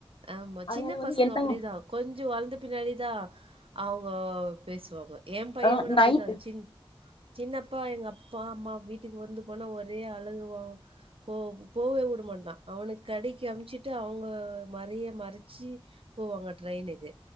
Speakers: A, on the right (about 70°); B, on the left (about 65°).
A: ஆமா
B: அதனால
A: சின்ன
B: வந்து
A: பசங்க
B: என்ன
A: அப்டிதா கொஞ்சோ வளர்ந்த பின்னாடி தா அவுங்க பேசுவாங்க ஏ பய்யே
B: ஆ
A: கூட அப்டிதா
B: நைட்டு
A: சின் சின்னப்பா எங்க அப்பா அம்மா வீட்டுக்கு வந்து போனா ஒரே அழுகுவா போ போவே வுடமாட்டா அவனுக் கடைக்கு அம்ச்சிட்டு அவுங்க மறைய மறுச்சு போவாங்க ட்ரெயினுக்கு